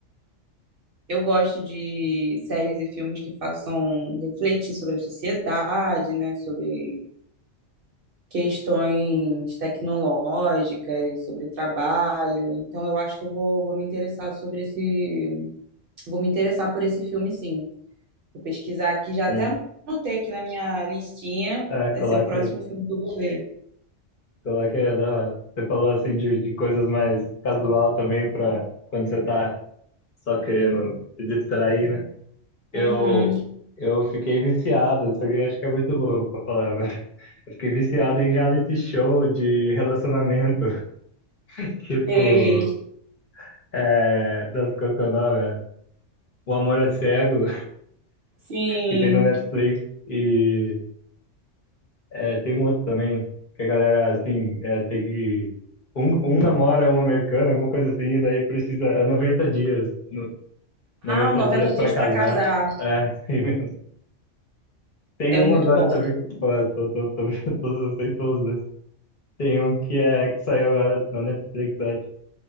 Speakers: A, on the right (about 55°); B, on the left (about 50°).
A: eu gosto de séries e filmes que façam refletir sobre a sociedade, né? Sobre questões tecnológicas, sobre trabalho. Então, eu acho que eu vou, vou me interessar sobre esse. Vou me interessar por esse filme, sim. Vou pesquisar aqui, já
B: Sim.
A: até anotei aqui na minha listinha.
B: É,
A: Vai
B: coloquei,
A: ser o próximo filme que eu vou ver.
B: coloquei a da hora. Você falou assim de, de coisas mais casual também para quando você tá só querendo se distrair, né? Eu,
A: Uhum.
B: eu fiquei viciado, isso aqui eu acho que é muito bom pra falar, mas <laughs> eu fiquei viciado em reality show de relacionamento, <laughs> tipo,
A: Sei.
B: é, das qual que é o nome? é? O Amor é Cego.
A: Sim.
B: que tem na Netflix. E é, tem um outro também, que a galera, assim, é, tem que. Um, um namora um americano, alguma coisa assim, e daí precisa. É 90 dias. no- 90
A: Ah, o noventa
B: dias pra
A: Dias
B: casar.
A: para Casar.
B: É, <laughs> assim mesmo. Tem
A: É
B: um
A: muito
B: agora
A: bom.
B: também. Pô, eu tô, tô, tô vendo <laughs> todos, eu sei todos, né? Tem um que é que saiu agora na Netflix, eu acho,